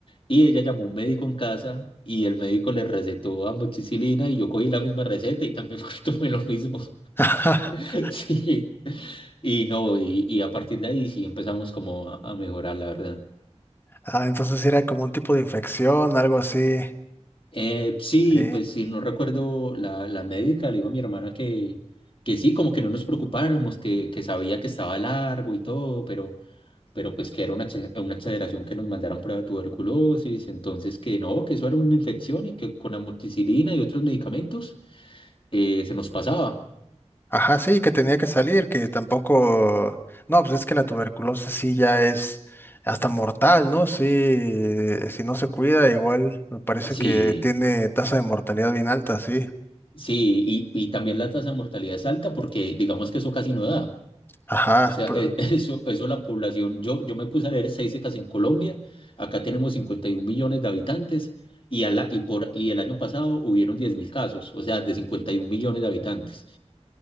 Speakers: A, on the left (about 50°); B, on the left (about 20°).
A: Y ella llamó a un médico en casa y el médico le recetó amoxicilina y yo cogí la misma receta y también <laughs> tomé lo mismo. <laughs>
B: <laughs>
A: Sí. Y no, y, y a partir de ahí sí empezamos como a, a mejorar, la verdad.
B: Ah, entonces era como un tipo de infección, algo así.
A: Eh, sí,
B: Sí.
A: pues si no recuerdo, la, la médica le dijo a mi hermana que, que sí, como que no nos preocupáramos, que, que sabía que estaba largo y todo, pero, pero pues que era una, exa- una exageración que nos mandaran prueba de tuberculosis, entonces que no, que eso era una infección y que con amoxicilina y otros medicamentos eh, se nos pasaba.
B: Ajá, sí, que tenía que salir, que tampoco... No, pues es que la tuberculosis sí ya es hasta mortal, ¿no? Sí, si no se cuida, igual me parece
A: Sí,
B: que tiene tasa de mortalidad bien alta, sí.
A: sí, y, y también la tasa de mortalidad es alta porque digamos que eso casi no da.
B: Ajá,
A: O sea,
B: pero-
A: e- <laughs> eso, eso la población. Yo, yo me puse a leer estadísticas en Colombia. Acá tenemos 51 millones de habitantes y, a la- y, por, y el año pasado hubieron diez mil casos, o sea, de 51 millones de habitantes.